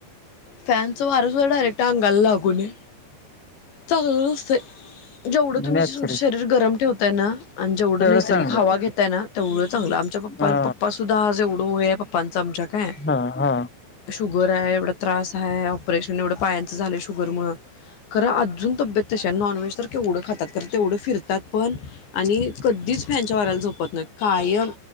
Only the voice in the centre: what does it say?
नॅचरल
तेवढं
चांगलं
हा
हा, हा.